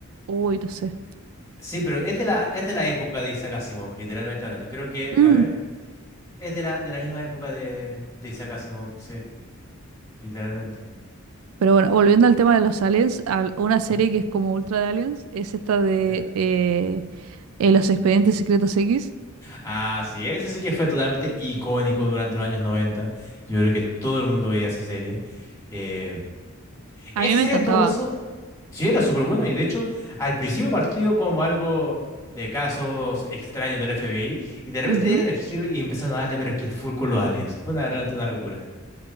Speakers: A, on the right (about 75°); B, on the left (about 15°).
A: Uy, no sé.
B: Sí, pero es de la, es de la época de Isaac Asimov, literalmente hablando. Creo que,
A: Mm.
B: a ver, es de la, de la misma época de, de Isaac Asimov, sí, literalmente.
A: Pero bueno, volviendo al tema de los aliens, al- una serie
B: ¿Ya?
A: que es como ultra de aliens es esta de
B: Ya.
A: eh, eh, Los Expedientes Secretos X.
B: Así es, así que fue totalmente icónico durante los años 90. Yo creo que todo el mundo veía esa serie. Eh, esa
A: A mí me
B: serie,
A: encantaba.
B: en todo caso, sí era súper buena y de hecho, al principio partió como algo de casos extraños del FBI y de repente
A: Ujú.
B: dieron el giro y empezaron a darle, pero es que full con los aliens. Fue una, realmente una locura.